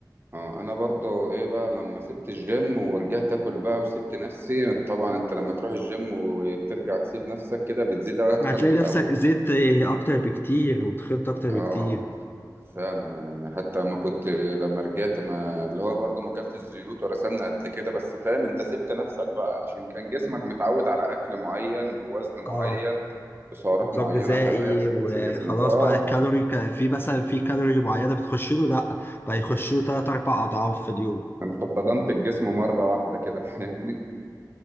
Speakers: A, on the right; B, on the left.
A: اه انا برضه ايه بقى لما سبت الجيم ورجعت اكل بقى وسبت نفسي طبعا انت لما تروح الجيم وترجع تسيب نفسك كده بتزيد اكتر
B: هتلاقي
A: من الاول
B: نفسك زيت آه، اكتر بكتير وتخنت اكتر
A: اه
B: بكتير
A: فعلا يعني حتى ما كنت لما رجعت ما اللي هو برضه ما اكلتش زيوت ولا سمنه قد كده بس فاهم انت سبت نفسك بقى عشان كان جسمك متعود على اكل معين بوزن معين
B: اه
A: بسعرات
B: ونظام
A: معينه
B: غذائي
A: حراريه بتخش
B: وخلاص
A: جسمك اه
B: بقى الكالوري كان في مثلا في كالوري معينه بتخش له لا بقى يخش له ثلاث اربع اضعاف في اليوم
A: انت صدمت الجسم مره واحده كده <laughs> فاهمني